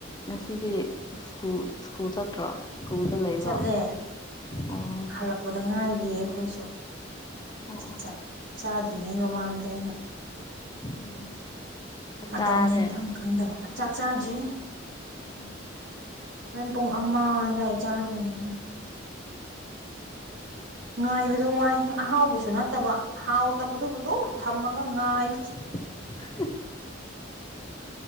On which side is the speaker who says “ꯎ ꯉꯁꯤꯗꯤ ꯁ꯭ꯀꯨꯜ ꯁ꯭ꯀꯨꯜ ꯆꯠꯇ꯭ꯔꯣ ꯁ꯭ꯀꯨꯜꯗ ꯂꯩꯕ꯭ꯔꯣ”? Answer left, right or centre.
Left